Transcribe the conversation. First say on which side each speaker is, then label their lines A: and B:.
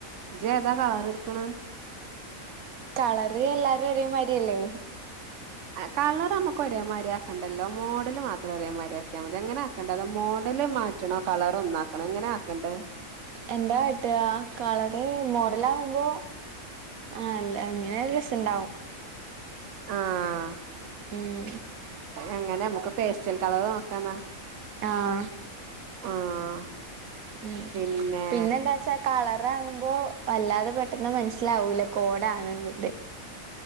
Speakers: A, on the right; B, on the right.
A: ജ്താ കളറ് എടുക്കണ്.
B: കളർ എല്ലാരും ഒരേമാരിയല്ലേ.
A: കളർമക്ക് ഒരേമാതിരിയാക്കണ്ടല്ലോ മോഡല് മാത്രം ഒരേമാതി ആക്കിയാൽ മതി അങ്ങനാ മോഡല് മാറ്റണോ കളർ ഒന്നാക്കണോ എങ്ങനെ ആക്കണ്ട്.
B: എന്താട്ട കളറ് മോഡൽ ആകുമ്പോ. ആ അല്ല എങ്ങനെയാലും രസണ്ടാവും.
A: ആഹ്.
B: ഉം.
A: എങ്ങനെ നമുക്ക് പേസ്റ്റൽ കളറ് നോക്കാന്നാ.
B: ആഹ്
A: ആഹ്
B: ഉം
A: പിന്നെ
B: പിന്നെന്താച്ചാ കളറാവുമ്പോ വല്ലാതെ പെട്ടെന്ന് മനസ്സിലാവൂല കോഡ് ആണന്ന്.